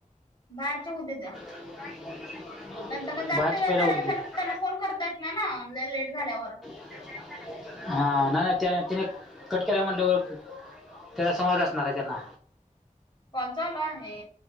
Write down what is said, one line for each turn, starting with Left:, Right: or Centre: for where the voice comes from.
Left: बाहेरच्या उद्या दया.
Centre: <inaudible>
Left: नंतर जास्त
Centre: बाहेरचं
Left: वेळ
Centre: पहिला
Left: झाल्यानंतर
Centre: होते ते
Left: त्यांना फोन करता येत नाही लई लेट झाल्यावर.
Centre: हा नाही नाही त्यानी कट केला म्हंटल्यावर. त्या समज असणार आहे त्यांना.
Left: काॅल चालु आहे.